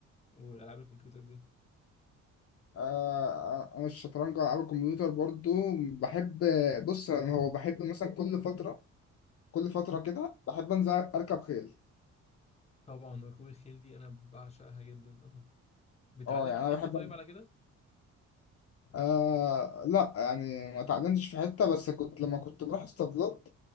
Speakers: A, on the left; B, on the left.
A: والالعاب الكمبيوتر دي
B: آه انا الشطرنج العاب الكمبيوتر برضو بحب بص يعني هو بحب مثلا كل فتره كل فتره كده بحب انزل اركب خيل
A: طبعا ركوب الخيل دي انا بعشقها جدا اه بتعلم
B: اه يعني
A: في حته
B: انا بحب
A: طيب على كده
B: آه لا يعني ما اتعلمتش في حته بس كنت لما كنت بروح اسطبلات